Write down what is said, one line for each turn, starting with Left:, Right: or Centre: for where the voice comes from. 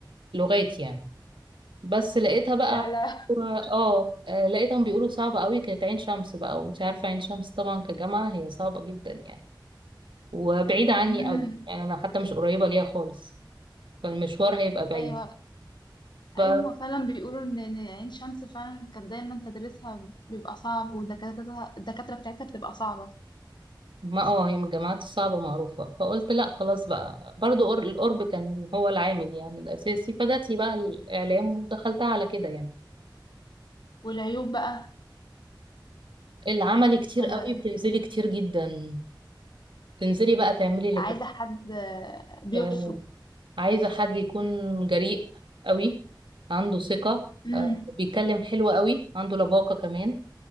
Right: لغات يعني بس لقيتها بقى
Left: يا لا
Right: و- اه آه، لقيتهم بيقولوا صعبه قوي كانت عين شمس بقى ومش عارفه عين شمس طبعا كجامعه هي صعبه جدا يعني وبعيده عني
Left: امم
Right: قوي يعني انا حتى مش قريبه ليها خالص فالمشوار هيبقى بعيد
Left: ايوه
Right: ف
Left: ايوه هما فعلا بيقولوا ان إن عين شمس فعلا كانت دايما تدريسها بيبقى صعب ودكاترتها الدكاتره بتاعتها بتبقى صعبه
Right: ما اه هي من الجامعات الصعبة معروفة فقلت لا خلاص بقى برضو قر- القرب كان هو العامل يعني الأساسي فجات لي بقى الإعلام ودخلتها على كده يعني
Left: والعيوب بقى
Right: العملي كتير
Left: ولا
Right: قوي
Left: ايه
Right: بتنزلي كتير جدا تنزلي بقى تعملي اللي
Left: عايزه
Right: كنت
Left: حد آه، بيفرق
Right: آه، عايزة حد يكون جريء قوي عنده ثقة
Left: امم
Right: آه، بيتكلم حلو قوي عنده لباقة كمان